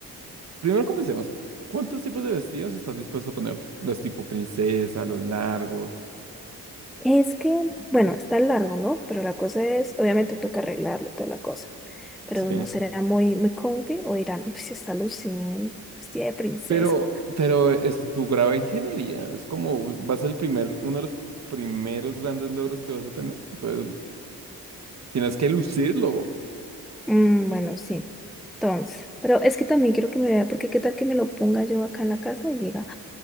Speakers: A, on the right; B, in the centre.
A: Primero comencemos. ¿Cuántos tipos de vestidos estás dispuesto a ponerte? Los tipo princesa, los largos,
B: Es que, bueno, está largo, ¿no? Pero la cosa es, obviamente toca arreglarlo y toda la cosa. Pero
A: ¿sí?
B: no será muy, muy comfy o dirán, "Uy, si está luciendo, vestida de princesa.
A: Pero, pero es tu grado de ingeniería. Es como va a ser el primer, uno de los primeros grandes logros que vas a tener. Entonces, tienes que lucirlo.
B: Mm, bueno, sí. Entonces, pero es que también quiero que me vea, porque qué tal que me lo ponga yo acá en la casa y diga.